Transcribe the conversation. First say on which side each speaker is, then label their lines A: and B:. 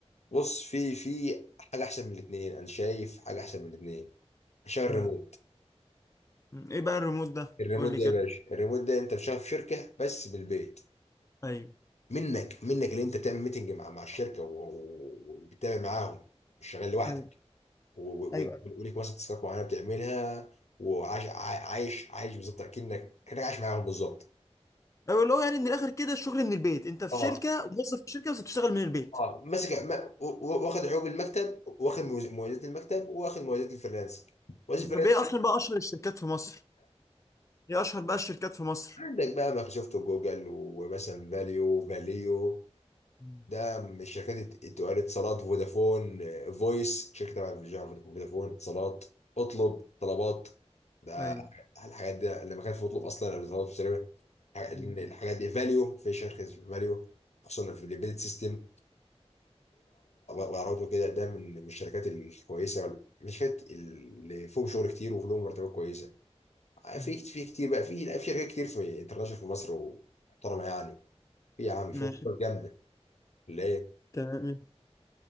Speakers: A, on the left; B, on the left.
A: بص في في حاجه احسن من الاثنين انا شايف حاجه احسن من الاثنين عشان الريموت
B: مم. مم. ايه بقى الريموت ده
A: الريموت
B: قول
A: ده
B: لي كده
A: يا باشا الريموت ده انت شغال في شركه بس بالبيت
B: ايوه
A: منك منك اللي انت بتعمل ميتنج مع مع الشركه و- و- وبتتابع معاهم مش شغال لوحدك
B: ايوه
A: و-
B: ايوه
A: و- وليك مثلا تاسكات معينه بتعملها وعايش عاي- عايش عايش بالظبط اكنك كانك عايش معاهم بالظبط
B: ايوه اللي هو يعني من الاخر كده الشغل من البيت انت في
A: اه
B: شركه موظف في شركه بس بتشتغل من البيت
A: اه ماسك ما- و- و- واخد عيوب المكتب واخد مميزات المكتب واخد مميزات الفريلانسنج مميزات
B: مم.
A: الفريلانسنج
B: طب ايه اصلا بقى اشهر الشركات في مصر ايه اشهر بقى الشركات في مصر
A: عندك بقى مايكروسوفت وجوجل ومثلا فاليو فاليو
B: مم.
A: ده من الشركات الت- التقال اتصالات فودافون آه، فويس شركة تبع فودافون فودافون، اتصالات اطلب طلبات ده
B: ايوه
A: الحاجات ده لما كانت في اطلب اصلا قبل طلبات بتشتري
B: مم.
A: الحاجات دي فاليو في شركة فاليو خصوصا في الامبيدد سيستم وعربته كده ده من من الشركات الكويسة من الشركات اللي فيهم شغل كتير وفيهم مرتبات كويسة آه،
B: مم.
A: في في كتير بقى في في شركات كتير في انترناشونال في مصر ومحترمه يعني في يا عم فوق
B: ماشي
A: جامده ليه
B: تمام